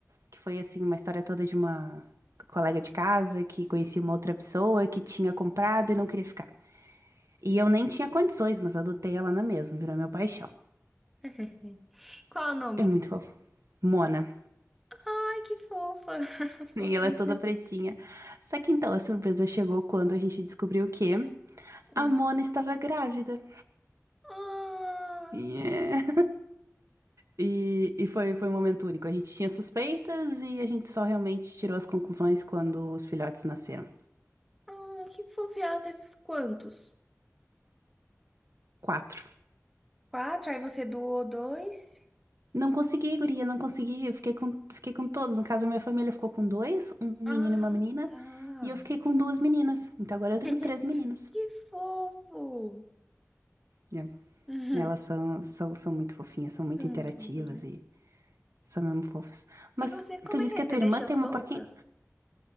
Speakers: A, on the right; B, in the centre.
A: que foi assim, uma história toda de uma colega de casa que conhecia uma outra pessoa que tinha comprado e não queria ficar. E eu nem tinha condições, mas adotei ela na mesma, virou meu paixão.
B: <laughs> Qual é o nome?
A: É muito fofo. Mona. <laughs>
B: Ai, que fofa! <laughs> Fofinha.
A: E ela é toda pretinha. Só que então a surpresa chegou quando a gente descobriu que
B: Hum.
A: a Mona estava grávida.
B: Ah,
A: Yeah. E, e foi, foi um momento único. A gente tinha suspeitas e a gente só realmente tirou as conclusões quando os filhotes nasceram.
B: ah, que fofa. E Ela teve quantos?
A: Quatro.
B: Quatro, aí você doou dois?
A: Não consegui, guria, não consegui. Eu fiquei com, fiquei com todos. No caso, a minha família ficou com dois, um menino
B: Ah,
A: e uma menina.
B: tá.
A: E eu fiquei com duas meninas. Então agora
B: <laughs>
A: eu tenho três meninas.
B: Que fofo!
A: Yeah.
B: Uhum.
A: Elas são, são, são muito fofinhas, são muito
B: Foi muito
A: interativas
B: fofo, né?
A: e são mesmo fofas. Mas
B: E você, como
A: tu disse
B: é que é?
A: que
B: Você
A: a tua
B: deixa
A: irmã tem
B: solta?
A: uma porquinha?